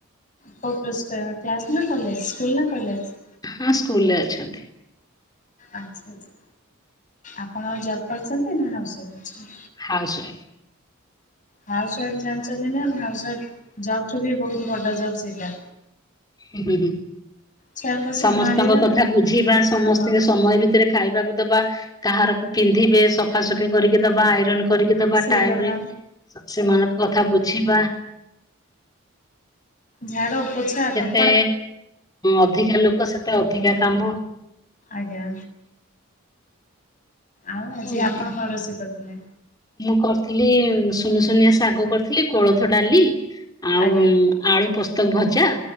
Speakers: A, on the left (about 35°); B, on the left (about 20°).
A: କଉ ପ୍ଲସ୍ <unintelligible> କ୍ଲାସ ନା କଲେଜ ସ୍କୁଲ ନା କଲେଜ?
B: ହଁ, ସ୍କୁଲ ରେ ଅଛନ୍ତି।
A: ଆଛା, ଆଛା, ଆପଣ ଜବ୍ କରୁଛନ୍ତି ନା ହାଉସ୍ ୱାଇଫ ଅଛନ୍ତି?
B: Housewife.
A: ହାଉସ ୱାଇଫ୍ ଜାଣିଚନ୍ତି ନା, ହାଉସ୍ ୱାଇଫି ଜବ୍ ଠୁ ବି ବୋହୁତ ବଡ ଜବ୍ ସେଇଟା।
B: ହୁଁ ହୁଁ ହୁଁ,
A: ଛୁଆଙ୍କୁ
B: ସମସ୍ତଙ୍କ
A: ସମ୍ଭାଳିବା
B: କଥା ବୁଝିବା, ସମସ୍ତଙ୍କି
A: ହଁ
B: ସମୟ ଭିତରେ ଖାଇବାକୁ ଦବା, କାହାରକୁ ପିନ୍ଧିବେ, ସଫାସଫି କରିକି ଦବା, ଆଇରନ୍ କରିକି ଦବା,
A: ସେ
B: ଟାଇମ୍
A: କଥା
B: ରେ ସେମାନଙ୍କ କଥା ବୁଝିବା
A: ଝାଡୁ ପୋଛା କ
B: ଏ ଅଧିକା ଲୋକ, ସେତେ ଅଧିକା କାମ।
A: ଆଜ୍ଞା। ଆଉ ଆଜି
B: ଏମିତି।
A: ଆପଣ କଣ ରୋଷେଇ କରିଥିଲେ?
B: ମୁଁ କରିଥିଲି, ସୁନି ସୁୁନିଆ ଶାଗ କରିଥିଲି, କୋଳଥ ଡାଲି ଆଉ
A: ଆଜ୍ଞା
B: ଆଳୁ ପୋସ୍ତକ ଭଜା